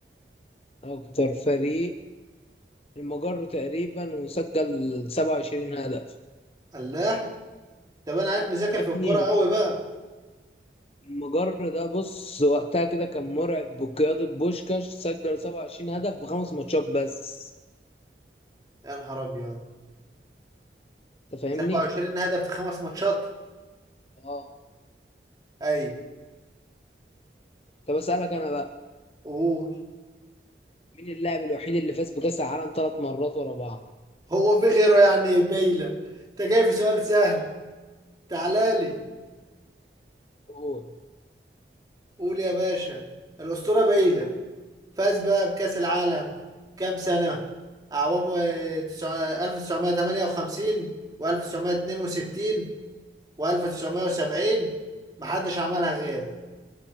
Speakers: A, on the left (about 35°); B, on the right (about 20°).
A: أكتر فريق المجر تقريبا وسجل 27 هدف
B: الله طب انا عارف مذاكر
A: يا ابني
B: في الكورة قوي بقى
A: المجر ده بص وقتها كده كان مرعب بقيادة بوشكاش سجل 27 هدف في خمس ماتشات بس
B: يا نهار ابيض
A: انت فاهمني
B: 27 هدف في خمس ماتشات
A: اه
B: ايوه
A: طب اسالك انا بقى
B: قول
A: مين اللاعب الوحيد اللي فاز بكاس العالم ثلاث مرات ورا بعض
B: هو في غيره يعني بيلا انت جاي في سؤال سهل تعالى لي
A: قول
B: قول يا باشا الأسطورة بيلا فاز بقى بكأس العالم كام سنة أعوام و- تسع- 1958 و1962 و1970 محدش عملها غيره